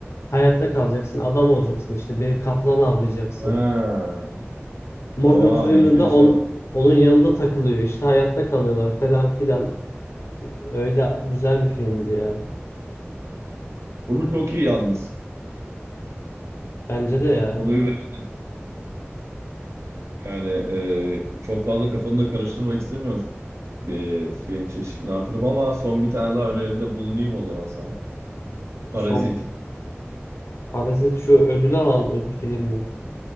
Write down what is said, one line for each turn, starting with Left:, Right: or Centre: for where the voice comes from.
Left: hayatta kalacaksın, adam olacaksın işte bir kaplan avlayacaksın.
Right: Ha.
Left: Morgan
Right: Oha
Left: Freeman
Right: denk gelişe
Left: da on-
Right: bak.
Left: onun yanında takılıyor işte hayatta kalıyorlar falan filan. Öyle güzel bir filmdi ya.
Right: Konu çok iyi yalnız.
Left: Bence de ya.
Right: Konuyu beğendim. Yani e, çok fazla kafanı da karıştırmak istemiyorum bir film çeşidini artırıp ama son bir tane daha öneride bulunayım o zaman sana. Parazit.
Left: Son Parazit şu ödül alan ödül film mi?